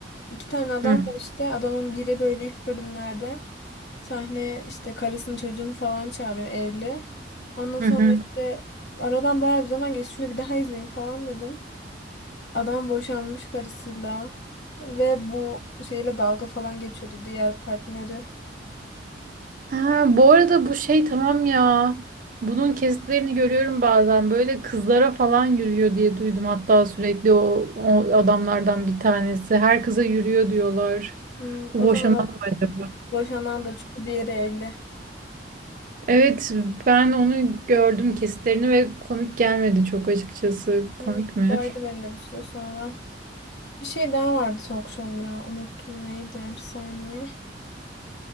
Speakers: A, on the left; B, on the right.
A: iki tane adam
B: Hı,
A: var işte. Adamın biri böyle ilk bölümlerde Sahneye işte karısını çocuğunu falan çağırıyor evli. Ondan
B: hı,
A: sonra
B: hı.
A: işte aradan bayağı bir zaman geçti. Şunu bir daha izleyeyim falan dedim. Adam boşanmış karısıyla ve bu şeyle dalga falan geçiyordu diğer partneri.
B: Ha, bu arada bu şey tamam ya. Bunun kesitlerini görüyorum bazen. Böyle kızlara falan yürüyor diye duydum. Hatta sürekli o, o adamlardan bir tanesi. Her kıza yürüyor diyorlar.
A: Hmm,
B: Bu
A: o
B: boşanan
A: zaman o
B: mı acaba?
A: boşanan da çünkü diğeri evli.
B: Evet, ben onu gördüm kesitlerini ve komik gelmedi çok açıkçası.
A: Evet,
B: Komik mi?
A: vardı bende bir süre sonra. Bir şey daha vardı talk show ya. Unuttum neydi? Bir saniye.